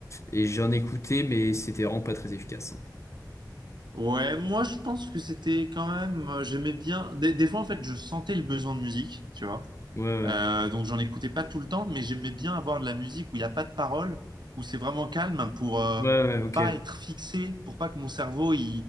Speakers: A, on the left; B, on the right.
A: et j'en écoutais, mais c'était vraiment pas très efficace. hein.
B: Ouais, moi je pense que c'était quand même, euh, j'aimais bien. Des, des fois en fait, je sentais le besoin de musique, tu vois.
A: Ouais, ouais,
B: Euh, donc j'en écoutais pas tout le temps, mais j'aimais bien avoir de la musique où il n'y a pas de paroles, où c'est vraiment calme pour euh,
A: ouais, ouais, ok.
B: pas être fixé, pour pas que mon cerveau il,